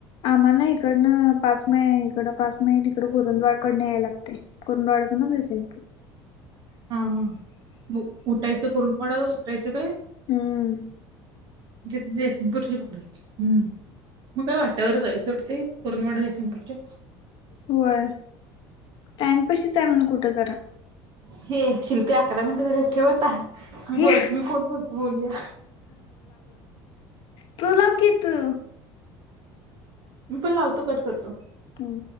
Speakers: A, on the left; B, on the right.
A: आम्हाला इकडनं पाच मैल इकडं पाच मैल इकडं कुरुंदवाड कडन यायला लागतंय. कुरुंदवाड. वाडातन म जयसिंगपूर.
B: हा मग उठायचं <unintelligible> काय?
A: हम्म
B: ज जयसिंगपुुरची पकडायची हम्म मग काय वाट टेवरच आहे सोड ते कुरुंदवाड जयसिंगपूरच्या
A: होय स्टँड पशीच आहे म्हण कुठं जरा
B: हे शिल्पे अकरा मिनिटे झाल्यात ठेव आता. मी
A: हे
B: बोलतो मी फोन करतो बोल्या.
A: तु लाव की तू
B: मी पण लावतो. कट करतो.
A: हम्म